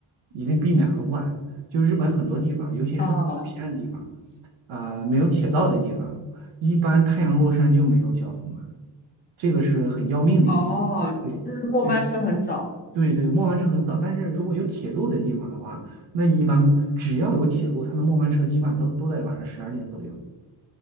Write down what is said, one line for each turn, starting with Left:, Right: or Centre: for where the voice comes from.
Right: 一定避免很晚。就日本很多地方，尤其是比较偏的地方，
Left: 哦
Right: 啊、没有铁道的地方，一般太阳落山就没有交通了，这个是很要命的一点。
Left: 哦，
Right: 对对。
Left: 就是末班车很早。
Right: 对对，末班车很早，但是如果有铁路的地方的话，那一般只要有铁路，它的末班车基本都都在晚上十二点左右。